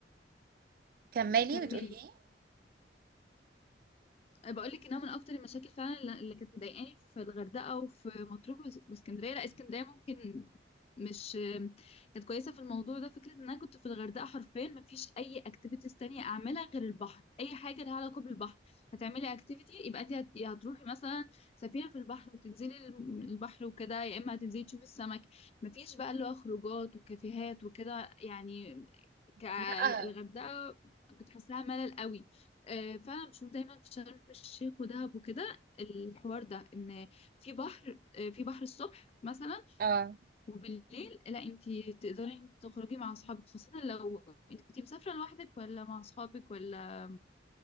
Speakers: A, on the right; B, on the left.
A: كملي
B: كملي
A: بتقولي ايه
B: انا بقول لك انها من اكتر المشاكل فعلا الل- اللي كانت مضايقاني في الغردقه وفي مطروح وس- واسكندريه لا اسكندريه ممكن مش كانت كويسه في الموضوع ده فكره ان انا كنت في الغردقه حرفيا ما فيش اي اكتيفيتيز تانية اعملها غير البحر اي حاجه لها علاقه بالبحر هتعملي اكتيفيتي يبقى انت هت- يا هتروحي مثلا سفينه في البحر وتنزلي الم- البحر وكده يا اما هتنزلي تشوفي السمك ما فيش بقى اللي هو خروجات وكافيهات وكده يعني كالغردقه
A: لا
B: كنت حاساها ملل قوي آه، فانا بشوف دايما في شرم الشيخ ودهب وكده الحوار ده ان في بحر آه، في بحر الصبح مثلا
A: اه
B: وبالليل لا انت تقدري إنت تخرجي مع اصحابك خاصة لو انت كنتي مسافرة لوحدك ولا مع اصحابك ولا